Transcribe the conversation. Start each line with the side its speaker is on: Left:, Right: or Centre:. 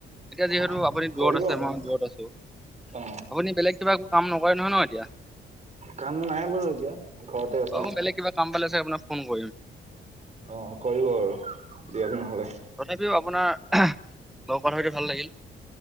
Centre: এতিয়া
Right: অ
Centre: যিহেতু তু আপুনি
Right: কৰিব
Centre: দূৰত আছে
Right: আপুনি
Centre: মই দূৰত আছো
Right: অ
Centre: আপুনি বেলেগ কিবা একো কাম নকৰে নহয় ন এতিয়া?
Right: কাম নাই বাৰু এতিয়া। ঘৰতে আছে
Centre: <unintelligible>
Right: ন।
Centre: বেলেগ কিবা কাম পালে। আপোনাক ফোন কৰিম।
Right: অ কৰিব আৰু দিয়ক নহলে।
Centre: তথাপিও আপোনাৰ লগত কথা পাতি ভাল লাগিল।